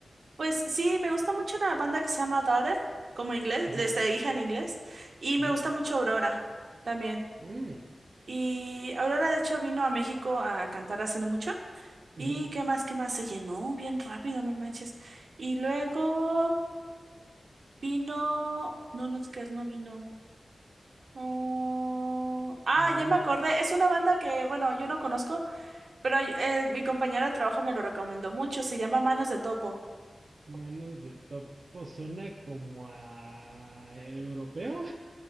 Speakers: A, on the right (about 75°); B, on the right (about 60°).
A: Pues sí, me gusta mucho una banda que se llama Daughter, como inglés,
B: Ujú,
A: desde hija en inglés. Y me
B: ujú,
A: gusta mucho Aurora también.
B: mm,
A: Y Aurora, de hecho, vino a México a cantar hace no mucho. ¿Y
B: ujú.
A: qué más, qué más? Se llenó bien rápido, no manches. Y luego vino, no, no, ¿qué es? No vino. Oh, Ah,
B: Ah,
A: ya
B: no,
A: me acordé. Es una banda que, bueno, yo no conozco, pero eh, mi compañera de trabajo me lo recomendó mucho. Se llama Manos de Topo.
B: manos de topo suena como a europeo.